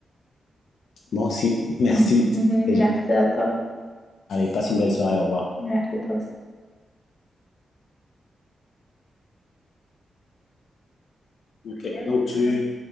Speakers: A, on the left; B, on the left.
A: moi aussi merci.
B: <laughs>
A: Les
B: Merci
A: gens,
B: à toi.
A: Allez, passe une belle soirée, au revoir.
B: Merci toi aussi.
A: Ok, donc tu,